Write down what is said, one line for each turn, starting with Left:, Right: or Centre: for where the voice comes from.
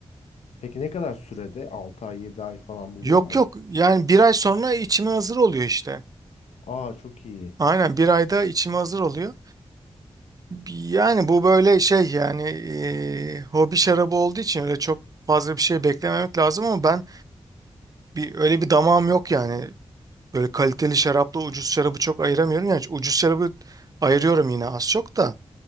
Left: Peki ne kadar sürede? 6 ay 7 ay falan buluyor
Right: Yok
Left: mu?
Right: yok yani bir ay sonra içime hazır oluyor işte.
Left: Aa çok iyi.
Right: Aynen bir ayda içime hazır oluyor. Yani bu böyle şey yani ee, hobi şarabı olduğu için öyle çok fazla bir şey beklememek lazım ama ben bir öyle bir damağım yok yani. Böyle kaliteli şarapla ucuz şarabı çok ayıramıyorum. Yani ucuz şarabı ayırıyorum yine az çok da.